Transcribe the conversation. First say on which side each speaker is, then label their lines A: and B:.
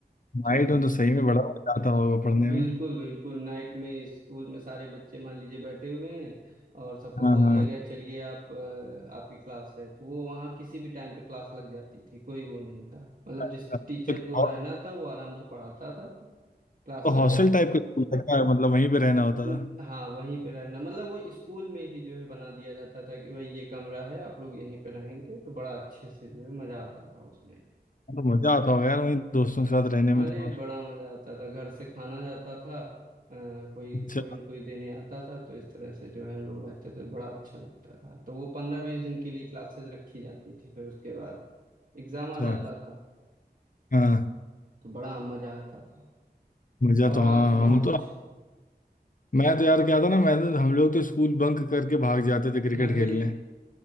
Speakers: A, on the right; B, on the left.
A: क्योंकि
B: में तो सही में बड़ा मजा आता होगा पढ़ने
A: बिल्कुल
B: में
A: बिल्कुल नाइट में स्कूल में सारे बच्चे मान लीजिए बैठे हुए हैं और सबको
B: हाँ
A: बोल
B: हाँ
A: दिया गया चलिए आप अ, आपकी क्लास है तो वो वहाँ किसी भी टाइम पे क्लास लग जाती थी कोई वो नहीं था मतलब
B: अच्छा,
A: जिस टीचर
B: तो क्या
A: को रहना था वो आराम से पढ़ाता था क्लास
B: तो
A: लग
B: हॉस्टल
A: जाती
B: टाइप
A: थी
B: का स्कूल था क्या मतलब वहीं पे रहना होता
A: न-
B: था
A: हाँ वहीं पे रहना मतलब वो स्कूल में ही जो है बना दिया जाता था कि भाई ये कमरा है आप लोग यहीं पे रहेंगे तो बड़ा अच्छे से जो है मजा आता था उसमें
B: तो मजा आता होगा यार वहीं दोस्तों
A: तो
B: के साथ रहने में
A: अरे
B: तो और
A: बड़ा मजा आता था घर से खाना जाता था अ, कोई
B: अच्छा
A: कोई न कोई देने आता था तो इस तरह से जो है हम लोग रहते थे बड़ा अच्छा लगता था तो वो पंद्रह बीस दिन के लिए क्लासेस रखी जाती थी फिर उसके बाद एग्जाम
B: अच्छा
A: आ जाता था
B: हाँ
A: तो बड़ा मजा आता था
B: मजा
A: और
B: तो हाँ
A: आप सुनाओ
B: हम तो
A: कुछ
B: मैं तो यार क्या था ना मैं तो हम लोग तो स्कूल बंक करके भाग जाते थे क्रिकेट
A: अरे
B: खेलने